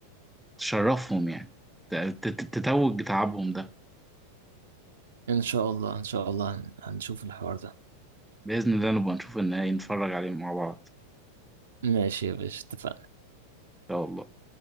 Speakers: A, in the centre; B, on the right (about 60°).
A: تشرفهم يعني ت- ت- تتوج تعبهم ده
B: ان شاء الله ان شاء الله هن- هنشوف الحوار ده
A: بإذن الله نبقى نشوف النهائي نتفرج عليه مع بعض
B: ماشي يا باشا اتفقنا
A: إن شاء الله